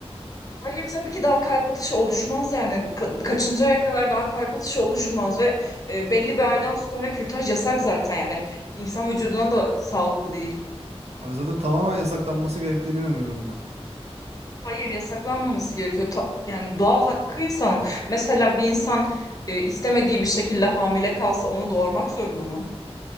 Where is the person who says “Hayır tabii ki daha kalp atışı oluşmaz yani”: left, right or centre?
Left